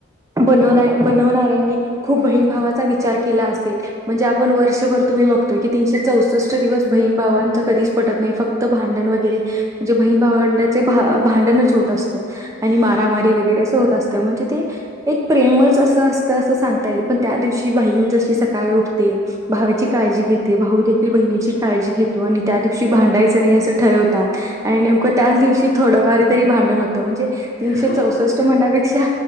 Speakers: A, on the right; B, on the left.
A: बनवण्या बनवणाऱ्यांनी खूप बहीण भावाचा विचार केला असेल म्हणजे आ पण वर्षभर तुम्ही बघतोय की तीनशे चौसष्ट दिवस बहीण भावांच कधीचं पटत नाइ, फक्त भांडण वगरे म्हणजे बहीण भावंडाचे भा भांडणचं होत अस आणि मारामारी
B: हो मॅम
A: वगरे असं होत असतं म्हणजे ते एक प्रेमच असं अ तर असं सांगता येईल पण त्या दिवशी बहीण जशी सकाळी उठते, भावाची काळजी घेते, भाऊ देखील बहीण णीची काळजी घेतो आणि त्यादि शी भांडायच नाइ असं ठरवतात आणि नेमक त्याचं
B: हो
A: दिवशी थोड फार तरी भांडण हो म्हणजे तीनशे
B: हो
A: चौसष्ट म्हण्या पेक्षा